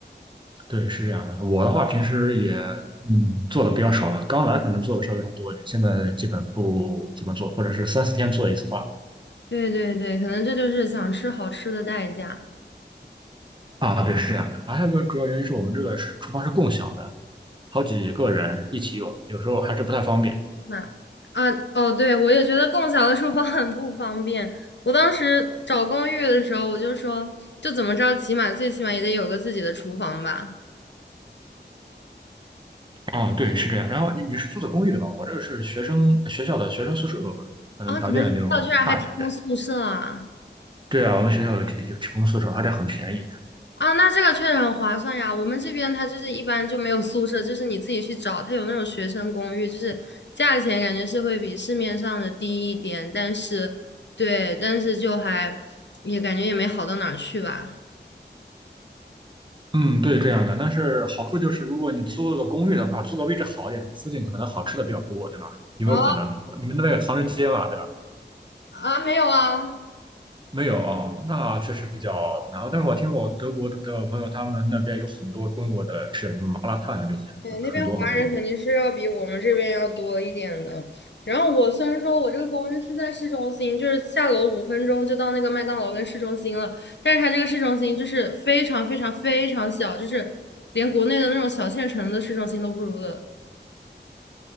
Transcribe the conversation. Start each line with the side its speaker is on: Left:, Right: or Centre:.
Right: 对，是这样的。我的话，平时也嗯做的比较少了，刚来可能做的稍微多一点，现在基本不怎么做，或者是三四天做一次饭。
Left: 对对对，可能这就是想吃好吃的代价。
Right: 啊，对，是这样的。啊还有一个主要原因是我们这个是厨房是共享的，好几个人一起用，有时候还是不太方便。
Left: 那啊，哦，对，我也觉得共享的厨房很不方便。我当时找公寓的时候，我就说，就怎么着，起码最起码也得有个自己的厨房吧。
Right: 嗯，对，是这样。然后你你是租的公寓对吧？我这个是学生学校的学生宿舍，可能条件就差一点。
Left: 哦，你们学校居然还提供宿舍啊？
Right: 对，对啊，我们学校有有提供宿舍，而且很便宜。
Left: 啊，那这个确实很划算呀。我们这边它就是一般就没有宿舍，就是你自己去找，它有那种学生公寓，就是价钱感觉是会比市面上的低一点，但是对，但是就还也感觉也没好到哪儿去吧。
Right: 嗯，对，这样的。但是好处就是，如果你租了个公寓的话，租个位置好一点，附近可能好吃的比较多，对吗？有没有可能？
Left: 啊
Right: 你们那边有唐人街吧？对吧？
Left: 啊，没有啊。
Right: 没有啊，那确实比较难。但是我听我德国的朋友，他们那边有很多中国的吃什么麻辣烫呀、这些，
Left: 对，
Right: 很很多很多。
Left: 那边华人肯定是要比我们这边要多一点的。然后我虽然说我这个公寓是在市中心，就是下楼五分钟就到那个麦当劳跟市中心了，但是它这个市中心就是非常非常非常小，就是连国内的那种小县城的市中心都不如的。